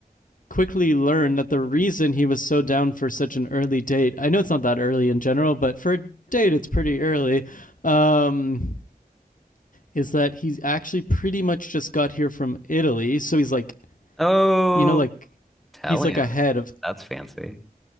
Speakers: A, on the left; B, in the centre.
A: quickly learn that the reason he was so down for such an early date i know it's not that early in general but for a date it's pretty early um, is that he's actually pretty much just got here from italy so he's like
B: Oh,
A: you know like
B: Italian.
A: he's like ahead of
B: That's fancy.